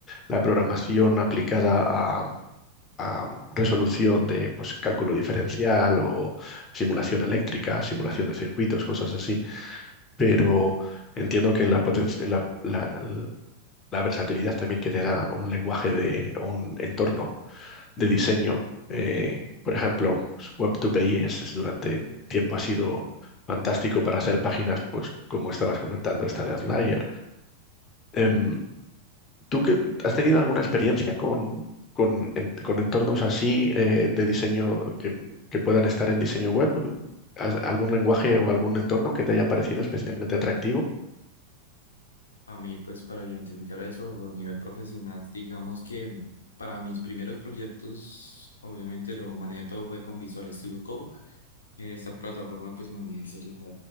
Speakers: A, on the left; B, on the left.
A: la programación aplicada a... a resolución de pues, cálculo diferencial o simulación eléctrica, simulación de circuitos, cosas así pero entiendo que la, poten- la, la- la versatilidad también que te da un lenguaje de o un entorno de diseño. eh, por ejemplo, pues, Web2PI es, es durante tiempo ha sido fantástico para hacer páginas, pues como estabas comentando, esta de Outlier. Em, ¿tú qué- has tenido alguna experiencia con, con, en- con entornos así eh, de diseño que, que puedan estar en diseño web? ¿Has- ¿Algún lenguaje o algún entorno que te haya parecido especialmente atractivo?
B: A mí, pues, para identificar eso a nivel profesional, digamos que para mis primeros proyectos, obviamente lo manejé todo fue con Visual Studio Code Esta plataforma, pues, me es rica,